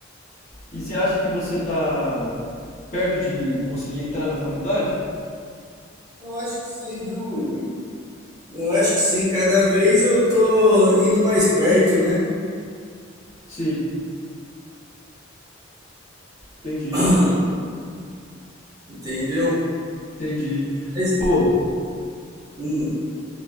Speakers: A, on the left; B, on the right.
A: E você acha que você tá perto de conseguir entrar na faculdade?
B: Eu acho que sim, viu, Igor? Eu acho que sim, cada vez eu tô indo mais perto, né?
A: Sim, entendi,
B: <clears throat> Entendeu?
A: entendi.
B: Mas,
A: Pô,
B: hum.